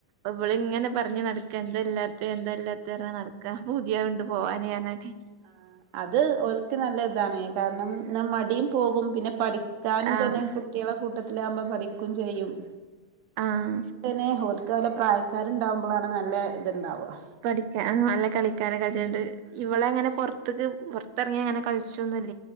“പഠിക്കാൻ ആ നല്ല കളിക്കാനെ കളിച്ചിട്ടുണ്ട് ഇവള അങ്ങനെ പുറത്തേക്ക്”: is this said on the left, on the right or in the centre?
Right